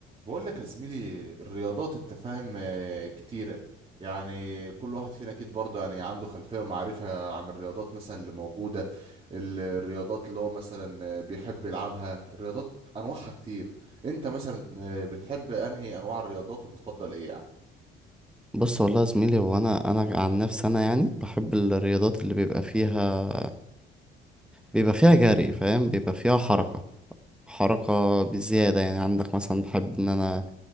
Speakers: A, on the right; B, in the centre.
A: بقول لك يا زميلي الرياضات انت فاهم آه، كتيرة يعني كل واحد فينا اكيد برضه يعني عنده خلفية ومعرفة عن الرياضات مثلا اللي موجودة الرياضات اللي هو مثلا آه، بيحب يلعبها الرياضات انواعها كتير انت مثلا آه، بتحب انهي انواع الرياضات وبتفضل ايه يعني
B: بص والله يا زميلي هو انا انا عن نفسي انا يعني بحب الرياضات اللي بيبقى فيها بيبقى فيها جري فاهم بيبقى فيها حركة حركة بزيادة يعني عندك مثلا بحب ان انا